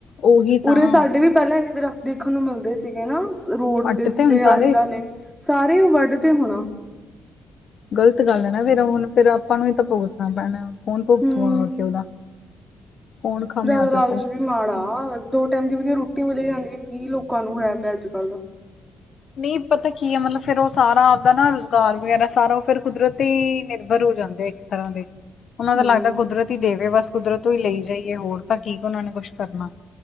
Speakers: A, on the left; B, in the centre.
A: ਉਹੀ ਤਾਂ
B: ਉਰੇ ਸਾਡੇ ਵੀ ਪਹਿਲਾਂ ਐਨੇ ਦਰੱਖਤ ਦੇਖਣ ਨੂੰ ਮਿਲਦੇ ਸੀਗੇ ਨਾ। ਰੋਡ
A: ਪੱਟ
B: ਦੇ ਉੱਤੇ
A: ਤੇ ਹੁਣ ਸਾਰੇ
B: ਆਲੇ ਦੁਆਲੇ ਸਾਰੇ ਵੱਢ ਤੇ ਹੋਣਾ।
A: ਗ਼ਲਤ ਗੱਲ ਆ ਨਾ ਫੇਰ ਹੁਣ ਫੇਰ ਆਪਾਂ ਨੂੰ ਈ ਤਾਂ ਭੁਗਤਣਾ ਪੈਣਾ ਕੌਣ ਭੁਗਤੂਗਾ
B: ਹੂੰ
A: ਉਹਦਾ? ਕੌਣ ਖਾਮਿਆਜ਼ਾ
B: ਜ਼ਿਆਦਾ ਲਾਲਚ
A: ਭੁਗਤੂ
B: ਵੀ ਮਾੜਾ, ਦੋ ਟਾਈਮ ਦੀ ਵੀ ਰੋਟੀ ਮਿਲ ਜਾਂਦੀ ਐ ਕੀ ਲੋਕਾਂ ਨੂੰ ਹੋਇਆ ਪਿਆ ਅੱਜ ਕੱਲ।
A: ਨਹੀਂ ਪਤਾ ਕੀ ਐ, ਮਤਲਬ ਫੇਰ ਓ ਸਾਰਾ ਆਪਦਾ ਨਾ ਰੁਜ਼ਗਾਰ ਵਗੈਰਾ ਸਾਰਾ ਓ ਫਿਰ ਕੁਦਰਤ ਤੇ ਨਿਰਭਰ ਹੋ ਜਾਂਦੇ ਐ। ਤਰ੍ਹਾਂ ਦੇ। ਉਹਨਾਂ
B: ਹੂੰ
A: ਦਾ ਲੱਗਦਾ ਕੁਦਰਤ ਹੀ ਦੇਵੇ ਬਸ ਕੁਦਰਤ ਤੋਂ ਈ ਲਈ ਜਾਈਏ ਹੋਰ ਤਾਂ ਕੀ ਉਹਨਾਂ ਨੇ ਕੁੱਛ ਕਰਨਾ।